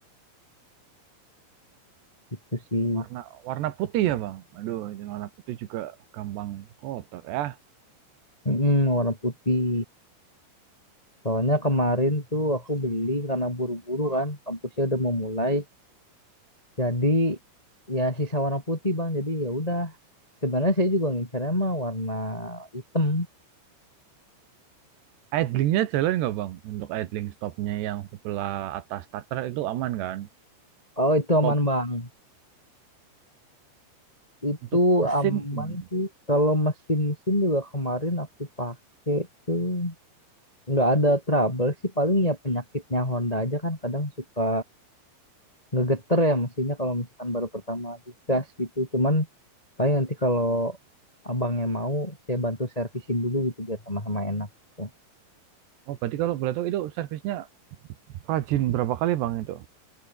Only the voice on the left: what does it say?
gitu sih
Mm-mm, warna putih soalnya kemarin tuh aku beli karena buru-buru kan kampusnya udah memulai Jadi ya sisa warna putih bang. Jadi ya udah. Sebenarnya saya juga ngincernya mah warna hitam.
Kalau itu
aman bang. Itu
aman
sih. Kalau mesin-mesin juga kemarin aku pakai tuh nggak ada trouble sih. Paling ya penyakitnya Honda aja kan kadang suka ngegeter ya mesinnya kalau misalkan baru pertama digas gitu. Cuman paling nanti kalau abangnya mau saya bantu servisin dulu gitu biar sama-sama enak. Tuh.